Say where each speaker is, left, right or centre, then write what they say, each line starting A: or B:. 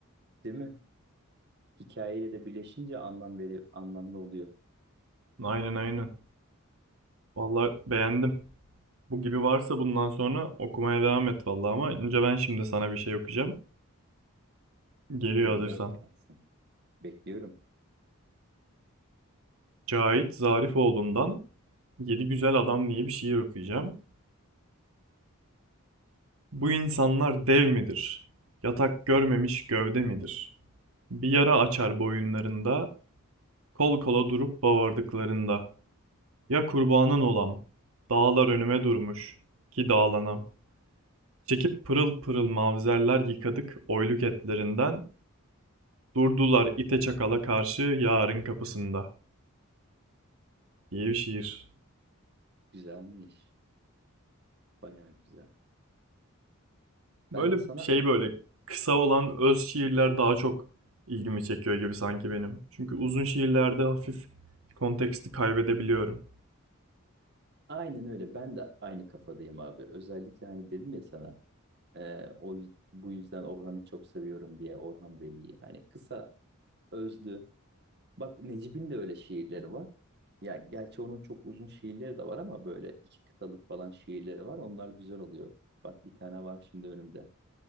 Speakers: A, on the right; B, on the right.
A: Değil mi? Hikayeyle de birleşince anlam veri anlamlı oluyor.
B: Aynen aynen. Valla beğendim. Bu gibi varsa bundan sonra okumaya devam et valla ama önce ben şimdi sana bir şey okuyacağım. Geliyor
A: Gönder
B: hazırsan.
A: gelsin. Bekliyorum.
B: Cahit Zarifoğlu'ndan Yedi Güzel Adam diye bir şiir okuyacağım. Bu insanlar dev midir? Yatak görmemiş gövde midir? Bir yara açar boyunlarında, kol kola durup bağırdıklarında. Ya kurbanın olam, dağlar önüme durmuş, ki dağlanam. Çekip pırıl pırıl mavzerler yıkadık oyluk etlerinden, durdular ite çakala karşı yarın kapısında. diye bir şiir.
A: Güzelmiş. Bayağı güzel.
B: Böyle
A: Ben de sana
B: şey böyle kısa olan öz şiirler daha çok ilgimi çekiyor gibi sanki benim. Çünkü uzun şiirlerde hafif konteksti kaybedebiliyorum.
A: aynen öyle. Ben de aynı kafadayım abi. Özellikle hani dedim ya sana e, o yüz- bu yüzden Orhan'ı çok seviyorum diye Orhan Veli'yi. Hani kısa, özlü. Bak Necip'in de öyle şiirleri var. Ya gerçi onun çok uzun şiirleri de var ama böyle iki kıtalık falan şiirleri var. Onlar güzel oluyor. Bak bir tane var şimdi önümde.